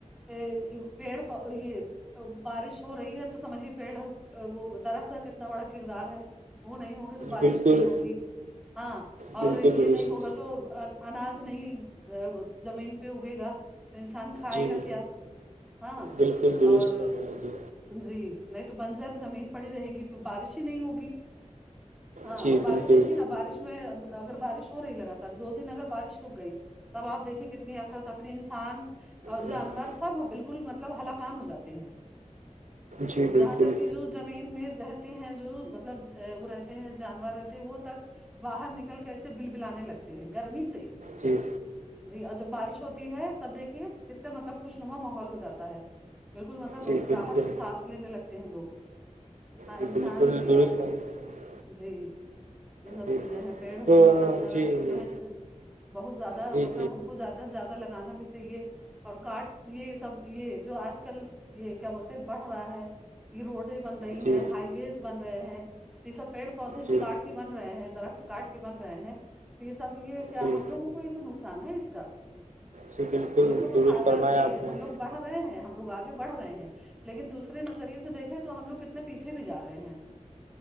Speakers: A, in the centre; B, on the right.
A: پیڑ یہ بارش ہو رہی ہے تو سمجھیے پیڑ وہ درخت کا کتنا بڑا کردار ہے وہ نہیں ہوگے تو بارش
B: بالکل
A: نہیں ہوگی ہاں
B: بالکل
A: اور یہ
B: درست
A: نہیں ہوگا تو تو اناج نہیں زمین پہ اگے گا تو انسان کھائے
B: جی
A: گا کیا ہاں
B: بالکل درست
A: اور
B: فرمایا جی
A: جی نہیں تو بنزر زمین پڑی رہیں گی بارش ہی نہیں ہوگی ہاں
B: جی
A: اور بارش
B: بالکل
A: دیکھیے نا بارش میں اگر بارش ہو رہی لگاتار دو دن اگر بارش رک گئی تب آپ دیکھیے کتنی افرتفری انسان اور
B: ہم،
A: جانور سب بالکل مطلب ہلاکان ہو جاتے
B: جی
A: یہاں
B: بالکل
A: تک کہ جو زمین میں رہ ہیں جو مطلب وہ رہتے ہیں جانور رہتے وہ تک باہر نکل کے ایسے بل بلانے لگتے ہیں گرمی سے
B: جی
A: جی اور جب بارش ہوتی ہے تب دیکھیے کتنے مطلب خوشنما ماحول ہو جاتا ہے بالکل مطلب
B: جی بالکل
A: راحت کی سانس لینے لگتے ہیں لوگ ہ
B: جی
A: انسان
B: بالکل
A: بھی
B: درست
A: اور
B: فرمایا
A: جی یہ سب
B: جی
A: چیزیں ہیں پیڑ
B: تو
A: مطلب درخت
B: جی جی
A: جو ہے انسان بہت زیادہ
B: جی
A: مطلب ہم کو زیادہ سے زیادہ لگانا بھی چاہیے اور کاٹ یہ سب یہ جو آج کل یہ کیا بولتے ہیں بڑھ رہا ہے یہ روڈیں بن رہی
B: جی
A: ہیں ہائی ویز بن رہے ہیں تو یہ سب پیڑ پودے جو
B: جی
A: کاٹ کے بن رہے ہیں درخت کاٹ کے بن رہے ہیں تو یہ سب یہ کیا
B: جی
A: ہم لوگوں کو تو نقصان ہے اس کا
B: جی بالکل
A: ہم لوگ کو تو
B: درست
A: فائدہ
B: فرمایا
A: جی
B: آپ نے
A: ہم لوگ رہے ہیں ہم لوگ آگے بڑھ رہے ہیں لیکن دوسرے نظریے سے دیکھیں تو ہم لوگ کتنے پیچھے بھی جا رہے ہیں